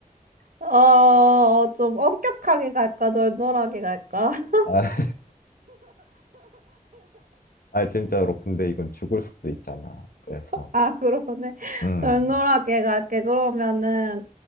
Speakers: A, on the right; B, on the left.
A: 어, 좀 엄격하게 갈까, 널널하게 갈까? <laughs>
B: 아, <laughs> 아, 진짜로. 근데 이건 죽을 수도 있잖아. 그래서,
A: 아, 그러네. <laughs>
B: 음,
A: 널널하게 갈게. 그러면은,